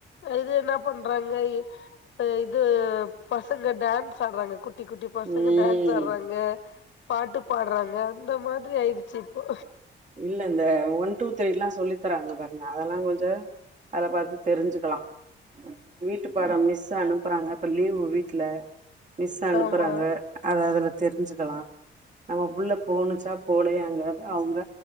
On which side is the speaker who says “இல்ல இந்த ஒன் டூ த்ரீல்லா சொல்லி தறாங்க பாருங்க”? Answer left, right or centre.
Right